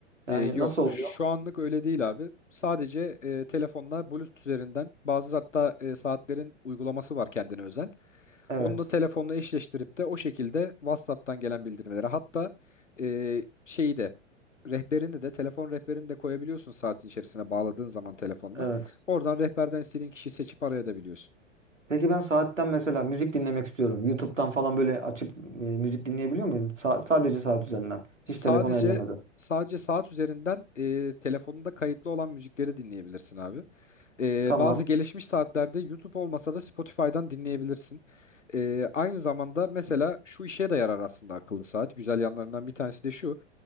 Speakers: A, on the right; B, on the left.
A: yani
B: Ee, yok
A: nasıl oluyor?
B: şu anlık öyle değil abi. Sadece e, telefonla Bluetooth üzerinden bazı hatta e, saatlerin uygulaması var kendine özel.
A: Evet.
B: Onu da telefonla eşleştirip de o şekilde WhatsApp'tan gelen bildirimleri hatta e, şeyi de rehberini de telefon rehberini de koyabiliyorsun saatin içerisine bağladığın zaman telefonla.
A: Evet.
B: Oradan rehberden istediğin kişiyi seçip arayabiliyorsun.
A: Peki ben saatten mesela müzik dinlemek istiyorum. YouTube'dan falan böyle açıp e, müzik dinleyebiliyor muyum? Sa- sadece saat üzerinden.
B: Sadece
A: Hiç telefonu ellemeden.
B: sadece saat üzerinden e, telefonunda kayıtlı olan müzikleri dinleyebilirsin abi. Ee,
A: Tamam.
B: bazı gelişmiş saatlerde YouTube olmasa da Spotify'dan dinleyebilirsin. Ee, aynı zamanda mesela şu işe de yarar aslında akıllı saat. Güzel yanlarından bir tanesi de şu.